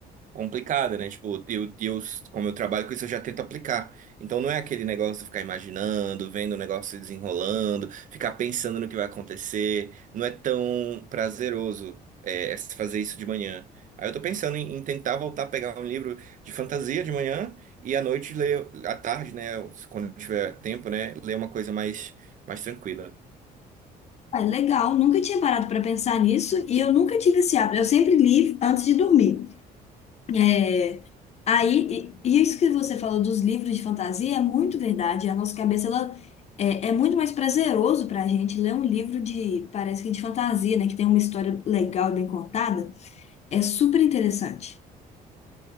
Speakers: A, on the right; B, on the left.
A: complicada, né? Tipo, eu, eu, como eu trabalho com isso, eu já tento aplicar. Então não é aquele negócio de ficar imaginando, vendo o negócio se desenrolando, ficar pensando no que vai acontecer. Não é tão prazeroso é, é fazer isso de manhã. Aí eu tô pensando em, em tentar voltar a pegar um livro de fantasia de manhã e à noite ler, à tarde, né? Quando tiver tempo, né? Ler uma coisa mais, mais tranquila.
B: Ah, legal, nunca tinha parado para pensar nisso e eu nunca tive esse hábito. Eu sempre li antes de dormir. É, aí, e- e isso que você falou dos livros de fantasia é muito verdade. A nossa cabeça, ela é, é muito mais prazeroso pra gente ler um livro de, parece que de fantasia, né? Que tem uma história legal, bem contada. É super interessante.